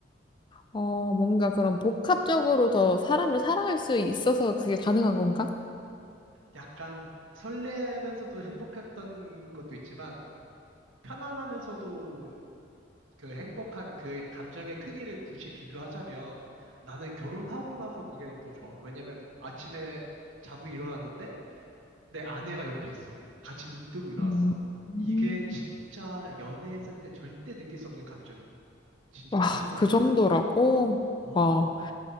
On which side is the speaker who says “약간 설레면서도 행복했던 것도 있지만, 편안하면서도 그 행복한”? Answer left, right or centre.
Right